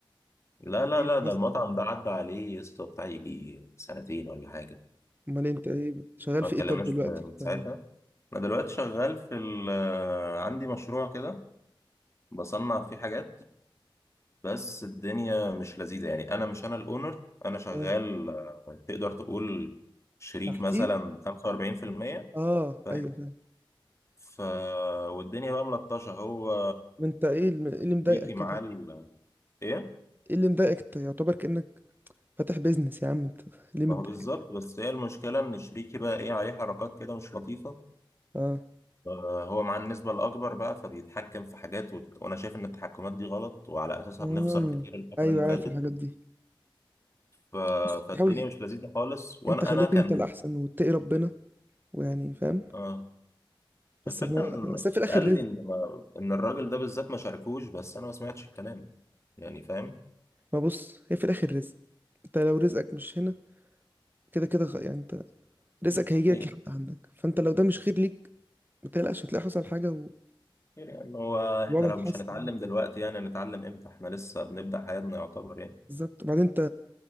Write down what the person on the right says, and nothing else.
ايه
اللي
حصل
امال انت ايه شغال
في
ايه طب دلوقتي
كده
اه
تحتيه
اه
ايوه فاهم
انت ايه الم- ايه اللي مضايقك
كده
ايه اللي مضايقك انت يعتبر كانك فاتح بيزنس يا عم انت ليه متضايق
اه
آه.
ايوه
عارف الحاجات دي
بس
حاول
انت خليك
انت الاحسن واتقي ربنا ويعني فاهم
بس
احنا
بس في الاخر
رزق
ما بص هي في الاخر رزق انت لو رزقك مش هنا كده كده خ- يعني انت رزقك هيجيلك
لحد عندك فانت لو ده مش خير ليك ما تقلقش هتلاقي حصل حاجه و-
والوضع
هيتحسن
بالظبط وبعدين انت